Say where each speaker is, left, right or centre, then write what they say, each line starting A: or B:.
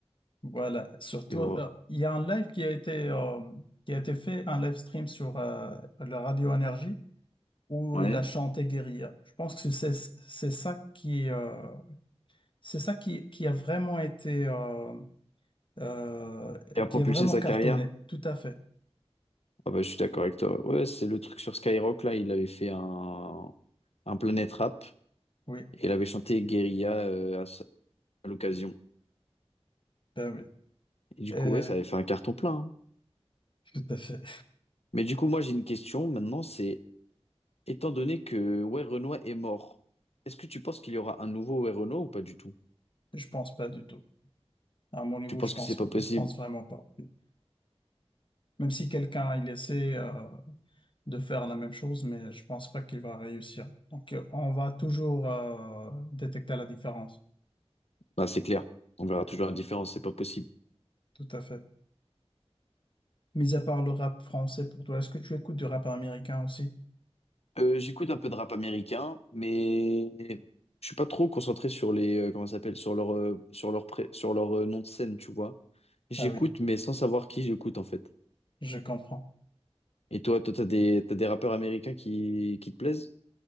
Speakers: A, on the left; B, on the left.
A: voilà. Surtout,
B: et voilà.
A: euh, il y a un live qui a été, euh, qui a été fait, un live stream sur euh, la radio Énergie. où
B: Ouais.
A: il a chanté Guérilla. Je pense que c'est c'est ça qui euh, c'est ça qui, qui a vraiment été euh, euh,
B: Et a propulsé
A: qui a vraiment
B: sa
A: cartonné.
B: carrière.
A: Tout à fait.
B: Ah bah, je suis d'accord avec toi. Ouais, c'est le truc sur Skyrock, là, il avait fait un, un Planet Rap,
A: Oui,
B: et il avait chanté Guérilla euh, à, sa- à l'occasion.
A: ben oui.
B: Et du
A: Euh,
B: coup, ouais, ça avait fait un carton plein. hein.
A: tout à fait.
B: Mais du coup, moi, j'ai une question maintenant, c'est, étant donné que ouais, Renoir est mort, est-ce que tu penses qu'il y aura un nouveau ouais, Renoir ou pas du tout?
A: <laughs> Je pense pas du tout. À mon niveau,
B: Tu penses
A: je pense
B: que c'est pas possible?
A: je pense vraiment pas. Même si quelqu'un il essaie euh, de faire la même chose, mais je pense pas qu'il va réussir. Donc euh, on va toujours euh, détecter la différence.
B: Bah, c'est clair. On verra toujours la différence, c'est pas possible.
A: Tout à fait. Mis à part le rap français pour toi, est-ce que tu écoutes du rap américain aussi?
B: Euh, j'écoute un peu de rap américain, mais je suis pas trop concentré sur les, euh, comment ça s'appelle, sur leur, euh, sur leur, pré- sur leur euh, nom de scène, tu vois. J'écoute,
A: Ah oui.
B: mais sans savoir qui j'écoute, en fait.
A: Je comprends.
B: Et toi, toi, t'as des, t'as des rappeurs américains qui, qui te plaisent?